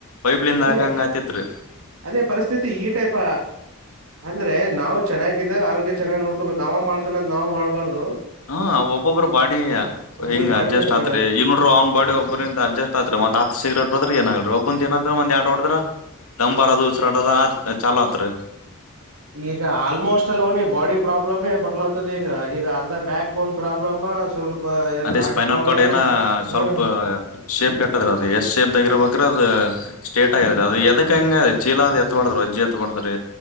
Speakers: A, on the left; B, on the right.
A: ಪೈಪ್ಲಿಂದ
B: ಅದೇ
A: ಹಾಕಂಗ ಹತ್ತತಿತ್ರಿ
B: ಅದೇ ಪರಿಸ್ಥಿತಿ ಈ ಟೈಪ್ ಅಂದ್ರೆ ನಾವು ಚೆನ್ನಾಗಿದ್ದಾಗ ಆರೋಗ್ಯ ಚೆನ್ನಾಗ್ ನೋಡ್ ಹೋಗಬೇಕು ಅವ ಮಾಡ್ತಾನ ನಾ್ ಮಾಡ್ಬಾರು
A: ಹ ಒಬ್ಬೊಬ್ಬ್ರ ಬಾಡಿ
B: ಹ್ಮ
A: ಹಿಂಗ್
B: ಬಾಡಿ
A: ಅಡ್ಜಸ್ಟ್
B: ಮೇಲೆ ಡಿಪೆಂಡ್
A: ಆತ್ರಿ
B: ಆಗ
A: ಇ ನೋಡ್ರ ಅವ್ನ ಬಾಡಿ ಒಬ್ಬ್ರಿಂದ ಅಡ್ಜಸ್ಟ್ ಆದತ್ರು ಒಂದು ಹತ್ ಸಿಗ್ರೇಟ್ ಬದ್ರ ಏ ಒಬ್ಬಂದ ಏನತ್ರ ಒಂದ್ ಆಟ ಆಡದ್ರ ದಮರದು ಉಸರಾಡದ ಚಾ ಆತ್ರಿ
B: ಈಗ ಆಲ್ಮೋಸ್ಟ್ ಅಲ್ಲ ಅವನಿ ಬಾಡಿ ಪ್ರಾಬ್ಲಮೇ ಬರ್ಲತದ ಈಗ ಈಗ ಅರ್ಧ ಬ್ಯಾಕ್ ಬೋನ್ ಪ್ರಾಬ್ಲಮ ಸ್ವಲ್ಪ ಏನ್
A: ಅದೇ
B: ಹಾರ್ಟ್
A: ಸ್ಪೈನಲ್
B: ಪ್ರಾಬ್ಲಮ
A: ಕಾರ್ಡ್ ಏನ ಸ್ವಲ್ಪ
B: ಹ್ಮ
A: ಶೇಪ್ ಕೆಟ್ಟದ್ರ ಅದು ಎಷ್ಟ್ ಶೇಪ್ರ್ಬೇಕ್ರೆ ಅದ ಸ್ಟೇಟ್ ಆಗಾದ್ರೀ ಅದು ಎದಕ್ ಹೆಂಗ ಚೀಲ ಅದ್ ಎತ್ತ ಮಾಡ್ರು ಅಜ್ಜಿ ಎತ್ ಮಾಡದ್ರಿ